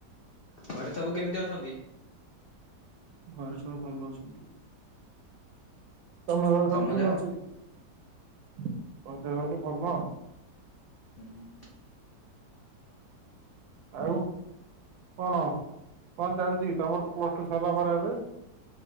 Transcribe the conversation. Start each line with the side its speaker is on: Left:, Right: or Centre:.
Left: ଘରେ ସବୁ କେମିତି ଅଛନ୍ତି?
Right: ଘରେ ସବୁ ଭଲ ଅଛନ୍ତି। ତମେ ଘ ସବୁ
Left: ତମ
Right: କିନ୍ତି
Left: ଦେହ?
Right: ଅଛନ୍ତି ଆଉ ଦେହଲେ ଭଲ।
Left: ହୁଁ ହୁଁ
Right: ଆଉ କଣ କଣ ଚାଲିଛି ତମର ତ ପ୍ଲସ୍ ଟୁ ସରିଲା ପରା ଏବେ